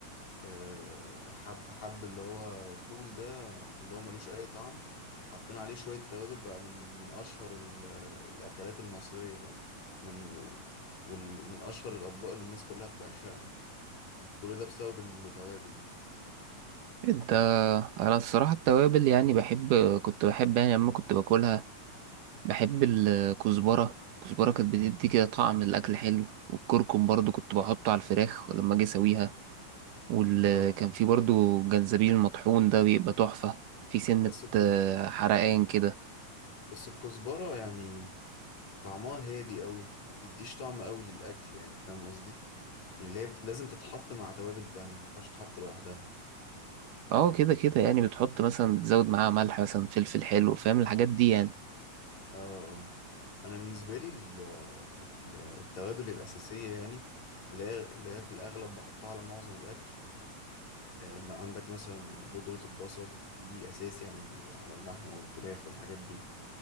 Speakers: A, on the left; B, on the right.
A: آه، حب حب اللي هو فول ده اللي هو ملوش اي طعم حطينا عليه شوية توابل بقى من من اشهر ال- الاكلات المصرية يعني ومن وال- ومن اشهر الاطباق اللي الناس كلها بتعشقها كل ده بسبب التوابل يعني
B: انت انا الصراحه التوابل يعني بحب كنت بحب يعني لما كنت باكلها بحب الكزبره الكزبره كانت بتدي كده طعم الاكل حلو والكركم برضو كنت بحطه على الفراخ لما اجي اسويها وكان
A: اه آه.
B: في برضو الجنزبيل المطحون ده بيبقى تحفه في سنه
A: بس الكزبرة
B: آه، حرقان كده
A: بس الكزبرة يعني طعمها هادي قوي ما بتديش طعم قوي للأكل يعني فاهم قصدي يعني اللي هي بت- لازم تتحط مع توابل تانية ما ينفعش تتحط لوحدها
B: اه كده كده يعني بتحط مثلا بتزود معاها ملح مثلا فلفل حلو فاهم الحاجات دي يعني
A: اه آه. انا بالنسبة لي ال- ال- التوابل الأساسية يعني اللي هي اللي هي في الأغلب بحطها على معظم الأكل آه، ما عندك مثلا بودرة البصل دي أساسي على ال- على اللحمة والفراخ والحاجات دي